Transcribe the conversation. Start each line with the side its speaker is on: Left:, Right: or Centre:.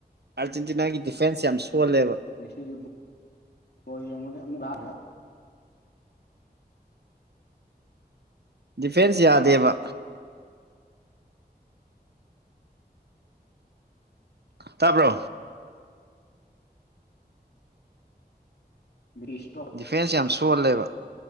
Right: ꯑꯥꯔꯖꯦꯟꯇꯤꯅꯥꯒꯤ ꯗꯤꯐꯦꯟꯁ ꯌꯥꯝ ꯁꯣꯜꯂꯦꯕ
Left: ꯉꯁꯤꯗꯤ ꯕꫭꯜ <unintelligible>
Right: ꯗꯤꯐꯦꯟꯁ ꯌꯥꯗꯦꯕ ꯇꯥꯕ꯭ꯔꯣ
Left: ꯕꯤꯁ
Right: ꯗꯤꯐꯦꯟꯁ ꯌꯥꯝ ꯁꯣꯜꯂꯦꯕ